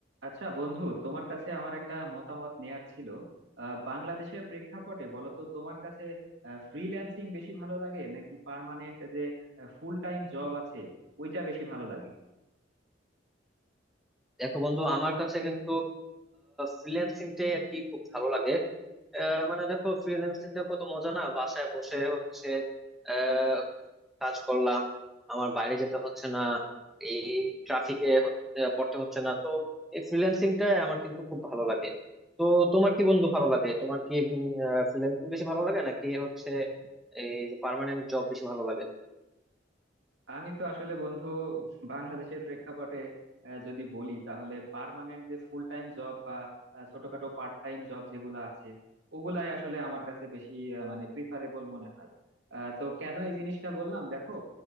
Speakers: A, on the right (about 75°); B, in the centre.
A: আচ্ছা বন্ধু তোমার কাছে আমার একটা মতামত নেয়ার ছিল আহ, বাংলাদেশের প্রেক্ষাপটে বলো তো তোমার কাছে ফ্রিল্যান্সিং বেশি ভালো লাগে নাকি পার্মানেন্ট যে ফুল টাইম জব আছে ওইটা বেশি ভালো লাগে
B: দেখো বন্ধু আমার কাছে কিন্তু ফ্রিল্যান্সিংটাই আর কি খুব ভালো লাগে আহ, মানে দেখো ফ্রিল্যান্সিংটা কত মজা না বাসায় বসে হচ্ছে আহ, কাজ করলাম আমার বাইরে যেতে হচ্ছে না এই ট্রাফিকে পড়তে হচ্ছে না তো এই ফ্রিল্যান্সিংটা আমার কিন্তু খুব ভালো লাগে তো তোমার কি বন্ধু ভালো লাগে তোমার কি ফ্রিল্যান্সিং বেশি ভালো লাগে নাকি হচ্ছে এই যে পার্মানেন্ট জব বেশি ভালো লাগে
A: আমি তো আসলে বন্ধু বাংলাদেশের প্রেক্ষাপটে আহ, যদি বলি তাহলে পার্মানেন্ট যে ফুল টাইম জব বা আহ, ছোটখাটো পার্ট টাইম জব যেগুলো আছে ওগুলাই আসলে আমার কাছে বেশি আহ, মানে প্রিফারেবল মনে হয় আহ, তো কেন এই জিনিসটা বললাম দেখো